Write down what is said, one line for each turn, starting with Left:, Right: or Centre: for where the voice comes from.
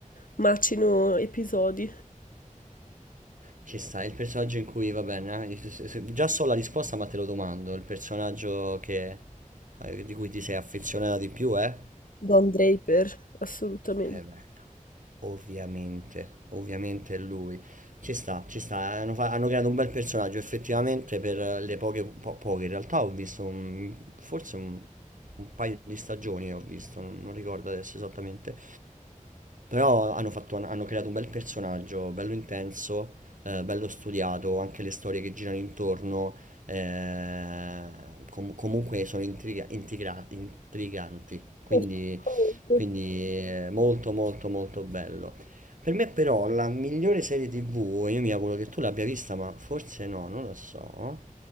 Left: macino episodi.
Right: Ci sta il personaggio in cui, va bene, eh, se- se- se- già so la risposta, ma te lo domando, il personaggio che, eh, di cui ti sei affezionata di più, eh?
Left: Don Draper, assolutamente.
Right: Eh beh, ovviamente, ovviamente è lui. Ci sta, ci sta. Hanno, fa- hanno creato un bel personaggio effettivamente per eh, le poche, po- poche. In realtà ho visto un- forse un, un paio di stagioni, ho visto, non, non ricordo adesso esattamente. Però hanno fatto- hanno creato un bel personaggio, bello intenso, eh, bello studiato, anche le storie che girano intorno, eh, com- comunque sono intriga- intriga- intriganti, quindi,
Left: Assolutamente.
Right: quindi eh, molto molto molto bello. Per me però la migliore serie TV, io mi auguro che tu l'abbia vista, ma forse no, non lo so.